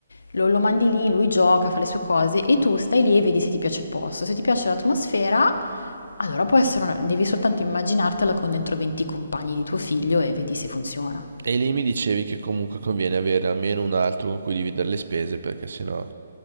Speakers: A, on the left; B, on the right.
A: Lo, lo mandi lì, lui gioca, fa le sue cose e tu stai lì e vedi se ti piace il posto. Se ti piace l'atmosfera, allora può essere una... devi soltanto immaginartela con dentro 20 compagni di tuo figlio e vedi se funziona.
B: E lì mi dicevi che comunque conviene avere almeno un altro con cui dividere le spese perché sennò...